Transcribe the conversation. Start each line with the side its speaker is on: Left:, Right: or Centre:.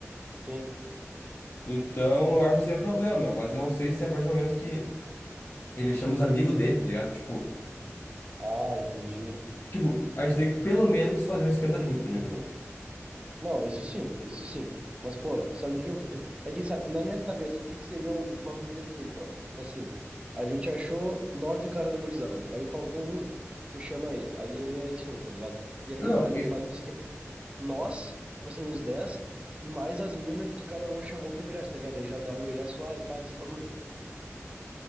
Right: Sim.
Left: Então eu acho que não seria problema, meu, mas eu não sei se é a partir do momento que ele chama os amigos dele, tá ligado? Tipo,
Right: Ah, entendi.
Left: tipo, a gente teria que pelo menos fazer um esquenta junto, na minha opinião.
Right: Não, isso sim, isso sim. Mas, pô, sabe o que eu... que- É que, sabe, na minha cabeça, o que que seria o, o bagulho perfeito, ó? Tipo assim, a gente achou nove caras da gurizada, aí faltou um, tu chama ele, aí ele é esse um, tá ligado? E aí
Left: Não, não.
Right: a gente faz um esquema nós, tipo assim, os 10 e mais as minas que cada um chamou pro ingresso, tá ligado? Aí já dá o ingresso lá e pá, esse bagulho.